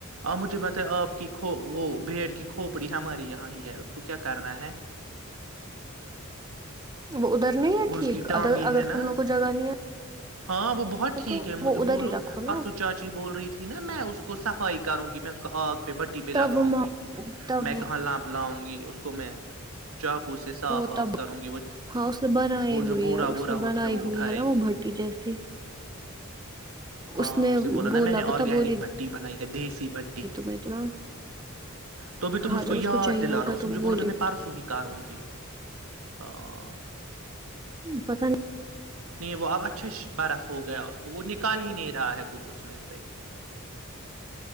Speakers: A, on the right (about 90°); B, on the right (about 20°).
A: آپ مجھے بتائی آپ کی ک وہ بھیڑ کی کھوپڑی ہمارے یہاں ہی ہے اس کو کیا کرنا ہے
B: وہ ادھر نہیں ہے
A: اور
B: ٹھیک
A: اس کی ٹانگیں
B: اد اگر
A: ہے نا
B: تم لوگوں کو جگہانی ہے
A: ہاں وہ بہت ٹھیک
B: تو
A: ہے
B: وہ
A: مجھے
B: ادھر
A: بولو
B: ہی رکھو نا
A: پرسو چاچی بول رہی تھی نا میں اس کو صفائی کروں گی میں اس کو آگ پہ بٹی پہ
B: تب
A: لگاؤں
B: وہ ما-
A: گی
B: تب
A: میں کہاں لانپ لاؤں گی اس کو میں چاقوے صاف
B: وہ
A: واف
B: تب
A: کروں گی وہ
B: ہاں اس نے بنائی
A: وہ
B: ہوئی
A: جو بورا
B: ہے اس
A: وورا
B: نے بنائی
A: ہوتا وہ
B: ہوئی
A: اٹھائے
B: ہے نا وہ
A: گی
B: بھٹی جیسی
A: ہاں
B: اس نے
A: اسے نا
B: بولا
A: میں نے
B: وہ
A: آرگینک
B: تو بولی گی <unintelligible>
A: بھٹی ہے دیس <unintelligible> بھٹی
B: تمہیں تو نا
A: تو بھی تم
B: ہاں
A: مجھ کو
B: جب
A: یہ
B: اس چاہیے
A: دلانا
B: ہوگا
A: اس
B: تو
A: مجھے
B: وہ
A: بولا
B: بولے
A: تھا میں پارسو ہی کارون کی <unintelligible>
B: پتہ نہیں <unintelligible>
A: نہیں وہ اب اچھا برف ہو گیا اس کو وہ نکال ہی نہیں رہا ہے کچھ اس میں سے <unintelligible>